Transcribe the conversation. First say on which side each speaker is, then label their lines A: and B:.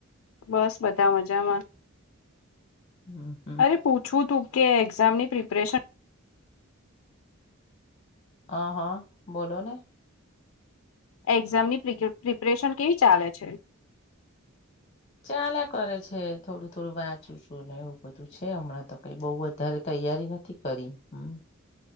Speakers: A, on the left; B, on the left.
A: બસ બધા મજામાં
B: હા.
A: અરે પૂછવું તું કે એક્ઝામની પ્રિપરેશન
B: હ હા બોલો ને.
A: એક્ઝામની પ્રિપરેશન કેવી ચાલે છે?
B: ચાલેયા કરે છે થોડું થોડું વાંચું છું એવું બધું છે હમણાં તો કઈ બઉ વધારે તૈયારી નથી. કરી હમ.